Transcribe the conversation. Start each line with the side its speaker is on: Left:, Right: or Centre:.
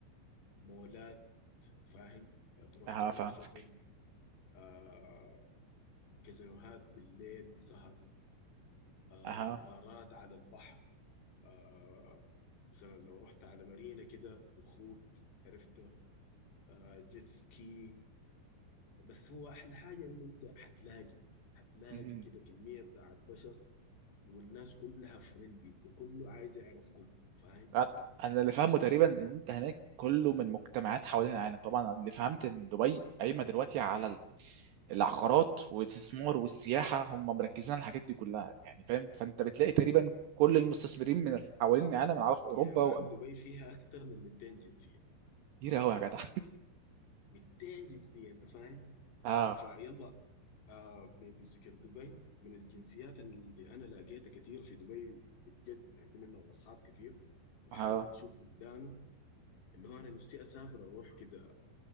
Left: مولات فاهم تروح
Right: اه
Left: تعمل
Right: فهمتك
Left: شوبينج آه كازينوهات بالليل سهر آه
Right: اه
Left: بارات على البحر آه مثلا لو رحت على مارينا كده يخوت عرفت آه جيت سكي بس هو احلى حاجه انه انت حتلاقي حتلاقي
Right: مهم.
Left: كده كميه بتاعت بشر والناس كلها فريندلي وكله عايز يعرف كله فاهم
Right: آه، انا اللي فاهمه تقريبا ان انت هناك كله من مجتمعات حوالين العالم طبعا اللي فهمت ان دبي قايمه دلوقتي على العقارات والاستثمار والسياحه هم مركزين على الحاجات دي كلها يعني فاهم فانت
Left: بالضبط
Right: بتلاقي تقريبا كل المستثمرين من حوالين العالم انا عارف اوروبا
Left: يا مان
Right: و-
Left: دبي فيها اكتر من 200 جنسيه
Right: كتير قوي يا جدع
Left: 200 جنسيه انت فاهم
Right: <laughs> اه
Left: فيلا آه ب- بذكر دبي من الجنسيات اللي انا لقيتها كتير في دبي بجد عندي منهم اصحاب كتير وحابب
Right: اه
Left: اشوف بلدانه اللي هو انا نفسي اسافر اروح كده